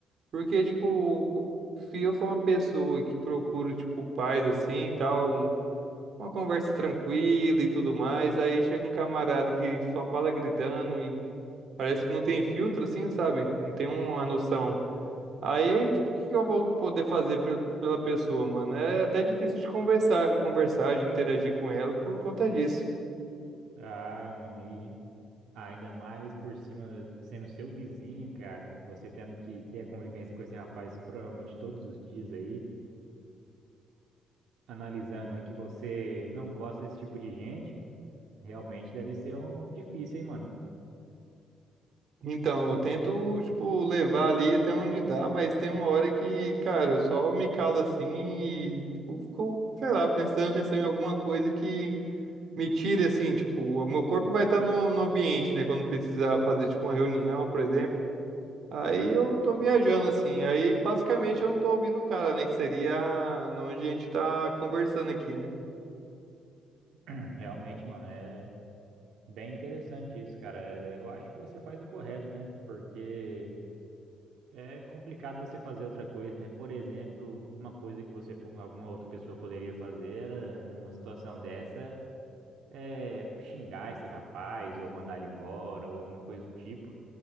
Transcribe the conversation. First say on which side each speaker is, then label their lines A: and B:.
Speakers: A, on the right; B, on the right.
A: Porque, tipo, o- se eu for uma pessoa que procura, tipo, paz assim e tal, um- uma conversa tranquila e tudo mais, aí chega um camarada que só fala gritando e parece que não tem filtro, assim, sabe? Não tem uma noção. Aí, aí, tipo, o que que eu vou poder fazer pe- pela pessoa, mano? É até difícil de conversar, conversar, de interagir com ela por conta disso.
B: Ah, mano, e ainda mais por cima sendo seu vizinho, cara. Você tendo que ter a convivência com esse rapaz provavelmente todos os dias aí, analisando aí que você não gosta desse tipo de gente. Realmente deve ser um difícil, hein, mano.
A: Então, eu tento, tipo, levar ali até onde dá, mas tem uma hora que, cara, eu só me calo assim e, tipo, fico, sei lá, prestando atenção em alguma coisa que me tire, assim, tipo, o meu corpo vai estar no, no ambiente, né, quando precisar fazer, tipo, uma reunião, por exemplo. Aí eu tô viajando, assim, aí basicamente eu não tô ouvindo o cara, né, que seria onde a gente tá conversando aqui, né?
B: <clears throat> Realmente, mano, é bem interessante isso, cara. Eu acho que você faz o correto, né? Porque É complicado você fazer outra coisa, né? Por exemplo, uma coisa que você, po- alguma outra pessoa poderia fazer era, numa situação dessa é xingar esse rapaz ou mandar ele embora ou alguma coisa do tipo.